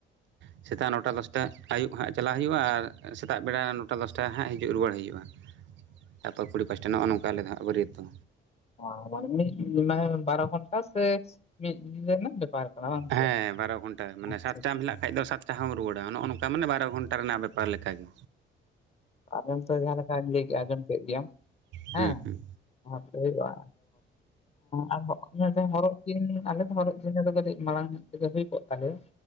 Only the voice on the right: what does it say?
ᱥᱮᱛᱟᱜ ᱱᱚᱴᱟ ᱫᱚᱥᱴᱟ ᱟᱹᱭᱩᱵ ᱦᱟᱸᱜ ᱪᱟᱞᱟᱜ ᱦᱩᱭᱩᱜᱼᱟ ᱟᱨ ᱥᱮᱛᱟᱜ ᱵᱮᱲᱟ ᱱᱚᱴᱟ ᱫᱚᱥᱴᱟ ᱦᱟᱸᱜ ᱦᱤᱡᱩᱜ ᱨᱩᱣᱟᱹᱲ ᱦᱩᱭᱩᱜᱼᱟ ᱛᱟᱯᱚᱨ ᱠᱩᱲᱤ ᱯᱟᱥᱴᱟ ᱱᱚᱜᱼᱚ ᱱᱚᱝᱠᱟ ᱟᱞᱮ ᱫᱚ ᱦᱟᱸᱜ ᱵᱟᱹᱨᱭᱟᱹᱛ ᱫᱚ
ᱦᱮᱸ
ᱵᱟᱨᱚ ᱜᱷᱚᱱᱴᱟ ᱢᱟᱱᱮ
ᱥᱟᱛᱴᱟᱢ ᱦᱤᱞᱟᱜ ᱠᱷᱟᱡ ᱫᱚ ᱥᱟᱛᱴᱟᱢ ᱦᱚᱢ ᱨᱩᱣᱟᱹᱲᱟ <inaudible> ᱠᱟ ᱢᱟᱱᱮ ᱵᱟᱨᱚ ᱜᱷᱚᱱᱴᱟ ᱨᱮᱱᱟᱜ ᱵᱮᱯᱟᱨ ᱞᱮᱠᱟᱜᱤ
ᱦᱩᱸ
ᱦᱩᱸ